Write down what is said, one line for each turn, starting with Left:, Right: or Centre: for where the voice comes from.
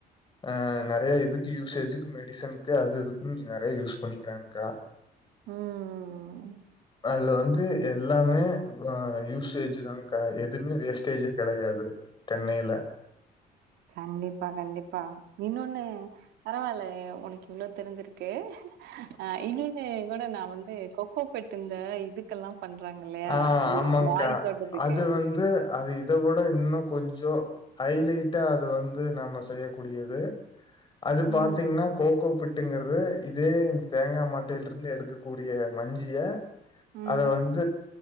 Left: ஆ நிறைய இதுக்கு யூசேஜுக்கு மெடிசனுக்கு அது இதுக்கு நீ நிறைய யூஸ் பண்ணிக்கிறாங்க்கா
Right: ம்.
Left: அது வந்து எல்லாமே ஆ யூசேஜ் தான்க்கா எதுவுமே வேஸ்டேஜே கிடையாது தென்னையில
Right: கண்டிப்பா கண்டிப்பா இன்னொன்னு பரவாயில்ல உனக்கு இவ்வளோ தெரிஞ்சிருக்கு ஆ இன்னொன்னு கூட நா வந்து கோப்பட்டு இதுக்கெல்லா பண்றாங்க இல்லையா
Left: ஆ ஆமாங்க்கா.
Right: மாறி தோட்டத்துக்கு
Left: அது வந்து அது இதை விட இன்னு கொஞ்சோ ஹைலைட்டா அது வந்து நம்ம செய்யக்கூடியது அது
Right: ம்,
Left: பாத்தீங்கன்னா கோகோ பிட்டு ட்டுங்கிறது இதே இந்த தேங்காய் மாட்டையில இருந்து எடுக்கக்கூடிய மஞ்சிய
Right: ம்,
Left: அத வந்து